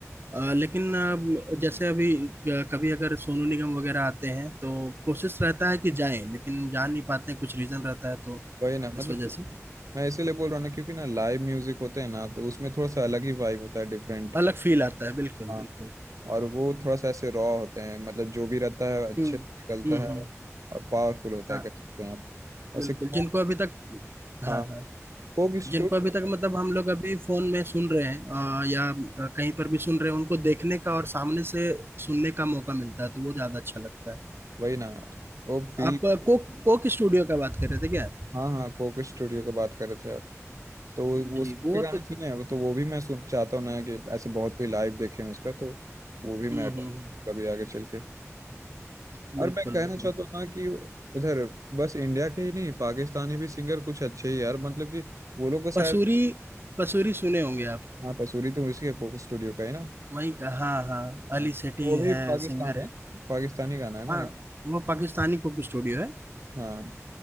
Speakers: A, on the right; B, on the right.
A: अ, लेकिन अ, जैसे अभी अ, कभी अगर सोनू निगम वगैरह आते हैं तो कोशिश रहता है कि जाएं लेकिन जा नहीं पाते हैं कुछ रीजन रहता है तो
B: वही ना मतलब
A: इस वजह
B: कि
A: से
B: मैं इसीलिए बोल रहा हूँ ना क्योंकि ना लाइव म्यूजिक होते हैं ना तो उसमें थोड़ा सा अलग ही वाइब होता है डिफरेंट
A: अलग फील आता है बिल्कुल
B: हाँ
A: बिल्कुल
B: और वो थोड़ा सा ऐसे रॉ होते हैं मतलब जो भी रहता है अच्छे
A: हम्म
B: से निकलता
A: हम्म
B: है
A: हम्म
B: और पावरफुल होता
A: हाँ
B: है कह सकते हैं आप वैसे
A: बिल्कुल
B: कोक
A: जिनको अभी तक हाँ
B: हाँ
A: हाँ
B: कोक स्टूडियो
A: जिनको अभी तक मतलब हम लोग अभी फोन में सुन रहे हैं अ, या अ, कहीं पर भी सुन रहे हैं उनको देखने का और सामने से सुनने का मौका मिलता है तो वो ज्यादा अच्छा लगता है
B: वही ना वो फील
A: आप अ, कोक कोक स्टूडियो का बात कर रहे थे क्या
B: हाँ हाँ कोक स्टूडियो की बात कर रहे थे यार तो वो
A: जी
B: वो उसके
A: वो
B: गाने
A: तो
B: सुने हैं तो वो भी मैं सुन चाहता हूँ ना कि ऐसे बहुत कोई लाइव देखे हैं उसका तो वो भी मैं
A: हम्म
B: attend
A: हम्म हम्म,
B: कभी आगे चल के
A: बिल्कुल
B: और मैं कहना चाहता
A: बिल्कुल।
B: हूँ ना कि इधर बस इंडिया के ही नहीं पाकिस्तानी भी सिंगर कुछ अच्छे ही यार मतलब कि वो लोग को शायद
A: पसूरी पसूरी सुने होंगे आप
B: हाँ पसूरी तो उसी के कोक स्टूडियो का है ना
A: वहीं का हाँ हाँ अली
B: हाँ, तो
A: सेठी
B: वो भी
A: है
B: पाकिस्तानी
A: सिंगर है
B: पाकिस्तानी गाना है ना
A: हाँ
B: एक
A: वो पाकिस्तानी कुक स्टूडियो है
B: हाँ